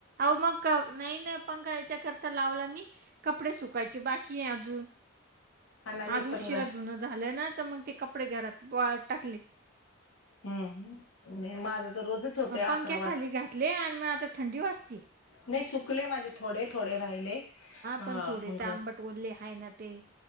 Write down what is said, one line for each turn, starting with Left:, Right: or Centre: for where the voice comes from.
Right: आओ म क नई न पंखा याच्याकरचा लावला मी कपडे सुकायचे बाकीय अजून.
Left: हा ना मी
Right: आज उशिरा
Left: पण ग
Right: धुनं झालं ना त मग ते कपडे घरात‌ वाळत टाकलीत.
Left: हम् नई माझ तर रोजच. होतय
Right: म पंख्या
Left: अकरा वाज
Right: खाली घातले आणि म आता थंडी वाचती.
Left: नई सुकले माझे थोडे थोडे राहिले हा
Right: पण थोडे
Left: मग.
Right: तर आंबट ओलले आहे ना ते